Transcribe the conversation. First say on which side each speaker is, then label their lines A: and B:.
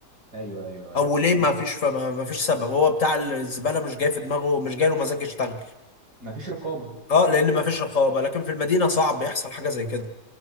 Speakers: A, on the right; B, on the left.
A: ايوه ايوه ايوه
B: او ليه ما فيش فما ما فيش سبب هو بتاع الزباله مش جاي في دماغه مش جاي له مزاج يشتغل
A: مفيش رقابه
B: اه لان ما فيش رقابه لكن في المدينه صعب يحصل حاجه زي كده